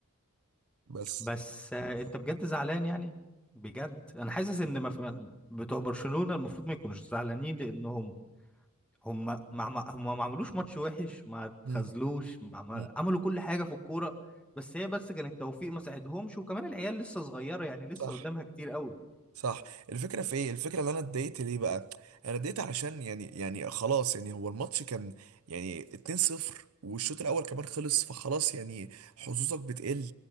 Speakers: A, on the right (about 80°); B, in the centre.
A: بس
B: بس آه، انت بجد زعلان يعني بجد انا حاسس ان مف... بتوع برشلونة المفروض ما يكونوش زعلانين لانهم هم ما ما- هم ما عملوش ماتش وحش ما اتخاذلوش
A: مم.
B: ما عمل...
A: مم.
B: عملوا كل حاجه في الكوره بس هي بس كان التوفيق ما ساعدهمش وكمان العيال لسه صغيره يعني لسه
A: صح
B: قدامها كتير قوي
A: صح الفكرة في ايه الفكرة اللي انا اتضايقت ليه بقى انا اتضايقت علشان يعني يعني خلاص يعني هو الماتش كان يعني 2-0 والشوط الاول كمان خلص فخلاص يعني حظوظك بتقل